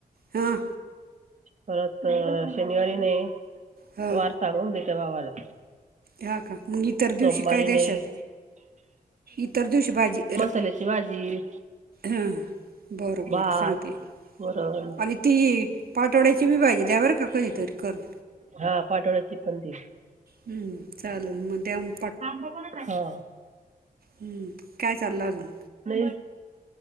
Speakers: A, on the right (about 75°); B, on the right (about 50°).
A: हां
B: परत शनिवारी नाही
A: हां
B: वार सांगून देत्या भावाला....
A: हा का मग इतर
B: सोमवारी
A: दिवशी काय
B: नाही
A: देशाल इतर दिवशी भाजी र....
B: करल्याची भाजी....
A: हां बरं बरं
B: भात
A: सांगते
B: वरण
A: आणि.... ती पाटोळ्याची मी भाजी द्या बर का कधीतरी करून...
B: हा पाटोळ्याची पण दि...
A: हम्म चालेल मग त्यान....
B: आंब कोणचा आहे....
A: हम्म काय चाललं अजून....
B: नाही